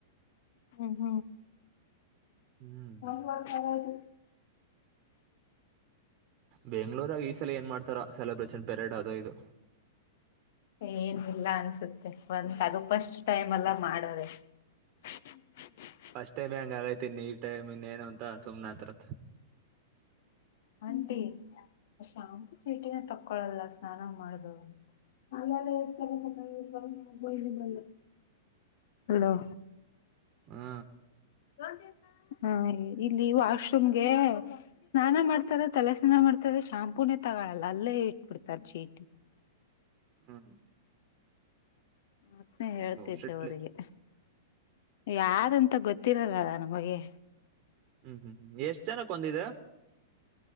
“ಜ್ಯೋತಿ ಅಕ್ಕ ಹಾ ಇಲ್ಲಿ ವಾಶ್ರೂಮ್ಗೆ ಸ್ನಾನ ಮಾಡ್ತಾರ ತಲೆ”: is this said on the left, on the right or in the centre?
Left